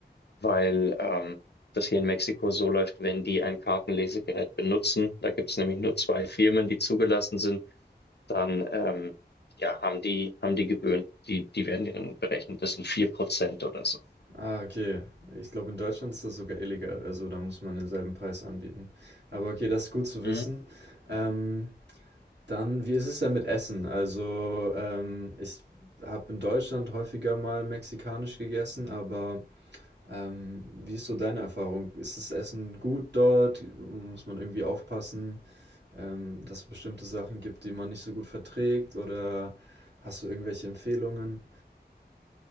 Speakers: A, on the left (about 75°); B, on the right (about 80°).
A: weil ähm, das hier in Mexiko so läuft, wenn die ein Kartenlesegerät benutzen, da gibt es nämlich nur zwei Firmen, die zugelassen sind, dann ähm, ja, haben die, haben die Gebühren, die, die werden dir dann berechnet. Das sind vier Prozent oder so.
B: Ah, okay. Ich glaube, in Deutschland ist das sogar illegal. Also da muss man denselben Preis anbieten. Aber okay, das ist gut zu
A: Mhm.
B: wissen. Ähm, dann, wie ist es denn mit Essen? Also ähm, ich habe in Deutschland häufiger mal mexikanisch gegessen, aber Ähm, wie ist so deine Erfahrung? Ist das Essen gut dort? Muss man irgendwie aufpassen, ähm, dass es bestimmte Sachen gibt, die man nicht so gut verträgt? Oder hast du irgendwelche Empfehlungen?